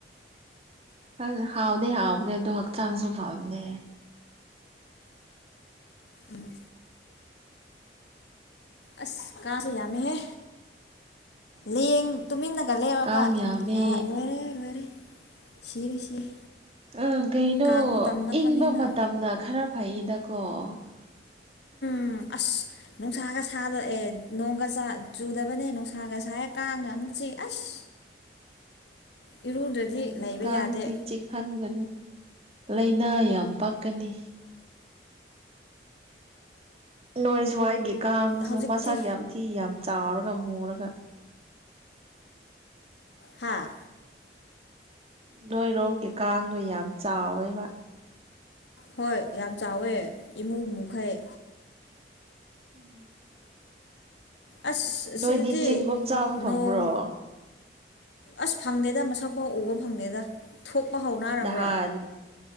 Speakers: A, on the right; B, on the left.
A: ꯍ ꯍꯥꯎꯗ ꯍꯥꯎꯗ ꯑꯗꯨꯣ ꯍꯛꯆꯥꯡꯁꯨ ꯐꯕꯅꯦ
B: ꯎꯝ ꯑꯁ ꯀ ꯌꯥꯃꯤꯍꯦ ꯂꯩ ꯌꯦ ꯇꯨꯃꯤ ꯀꯜꯂꯦ ꯕꯕ
A: ꯀꯥꯡ ꯌꯥꯝꯃꯦ
B: ꯂꯣꯏꯔꯦ ꯂꯣꯏꯔꯦ ꯁꯤꯔꯦ ꯁꯤꯔꯦ
A: ꯑ ꯀꯩꯅꯣ
B: ꯀꯥꯡ ꯃꯇꯝ ꯅꯛꯄꯅꯤꯅ
A: ꯏꯪꯕ ꯃꯇꯝꯗ ꯈꯔ ꯐꯩꯌꯦꯗꯀꯣ <unintelligible>
B: ꯎꯝ ꯑꯁ ꯅꯨꯡꯁꯥꯒ ꯁꯥꯗꯑꯦ ꯅꯣꯡꯒ ꯆꯨꯗꯕꯅꯦ ꯅꯨꯡꯁꯥꯒ ꯁꯥꯦ ꯀꯥꯡꯅ ꯑꯃꯨ ꯆ ꯑꯁ
A: <unintelligible>
B: ꯏꯔꯨꯗ꯭ꯔꯗꯤ
A: ꯎꯝ
B: ꯂꯩꯕ
A: ꯀꯒꯗꯤ
B: ꯌꯥꯗꯦ
A: ꯆꯦ ꯈꯟꯒꯅꯨ ꯂꯥꯏꯅꯥ ꯌꯥꯝ ꯄꯛꯀꯅꯤ ꯅꯣꯏ ꯁ꯭ꯋꯥꯏꯒꯤ ꯀꯥꯡꯗꯨꯁꯨ
B: ꯍꯧꯖꯤꯛꯇꯤ
A: ꯃꯁꯥꯒꯤ ꯌꯥꯝ ꯊꯤ ꯌꯥꯝ ꯆꯥꯎꯔꯒ ꯃꯨꯔꯒ
B: ꯍꯥꯥ
A: ꯅꯣꯏꯔꯣꯝꯒꯤ ꯀꯥꯡꯗꯣ ꯌꯥꯝ ꯆꯥꯎꯋꯦꯕ
B: ꯍꯣꯏ ꯌꯥꯝ ꯆꯥꯎꯋꯦ ꯏꯃꯨꯡꯩ
A: ꯎꯝ
B: ꯑꯁ
A: ꯁ
B: ꯑꯁꯤꯗꯗꯤ
A: ꯅꯣꯏꯗꯤ ꯆꯦꯡꯒꯨꯝ ꯆꯥꯕ ꯐꯪꯕ꯭ꯔꯣ
B: ꯅꯣꯡ ꯑꯁ ꯐꯪꯗꯦꯗ ꯃꯁꯛ ꯄꯥꯎ ꯎꯕ ꯐꯪꯗꯦꯗ ꯊꯣꯛꯄ ꯍꯧꯥꯎꯅꯔꯕ꯭ꯔꯥ
A: ꯅꯍꯥꯟ